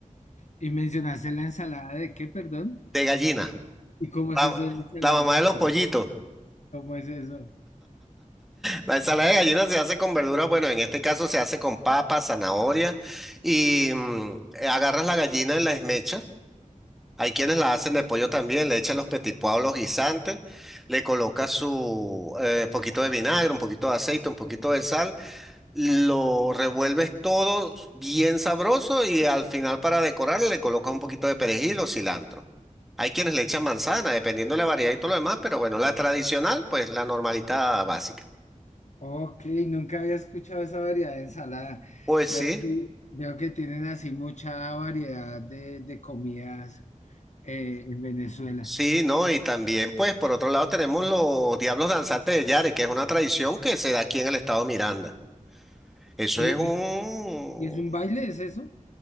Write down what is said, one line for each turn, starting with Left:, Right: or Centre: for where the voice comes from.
Left: Y mencionaste la ensalada de qué, perdón.
Centre: De gallina,
Left: ¿Y cómo es
Centre: la,
Left: eso de la ensalada
Centre: la mamá
Left: de ají?
Centre: de los pollitos.
Left: ¿Cómo es eso?
Centre: La ensalada de gallina se hace con verduras, bueno, en este caso se hace con papa, zanahoria y mm, eh, agarras la gallina en la esmecha. Hay quienes la hacen de pollo también, le echan los petit pois, los guisantes, le colocas su eh, poquito de vinagre, un poquito de aceite, un poquito de sal, lo revuelves todo bien sabroso y al final para decorar le colocas un poquito de perejil o cilantro. Hay quienes le echan manzana, dependiendo de la variedad y todo lo demás, pero bueno, la tradicional, pues la normalita básica.
Left: Ok, nunca había escuchado esa variedad de ensalada.
Centre: Pues
Left: Veo
Centre: sí.
Left: que, veo que tienen así mucha variedad de, de comidas eh, en Venezuela.
Centre: Sí, ¿no? Y también, pues, por otro lado tenemos los Diablos Danzantes de Yare, que es una tradición que se da aquí en el estado Miranda. Eso
Left: ¿Y,
Centre: es un,
Left: y- y es un baile, es eso?